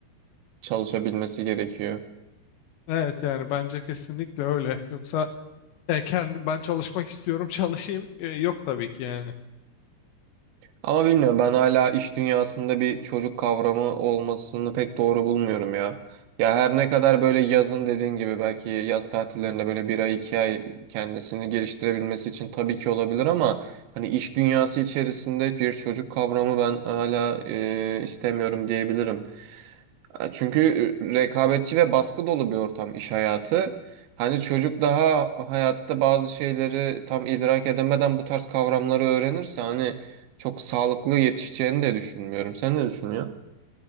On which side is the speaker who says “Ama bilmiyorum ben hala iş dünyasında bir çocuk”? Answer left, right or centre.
Right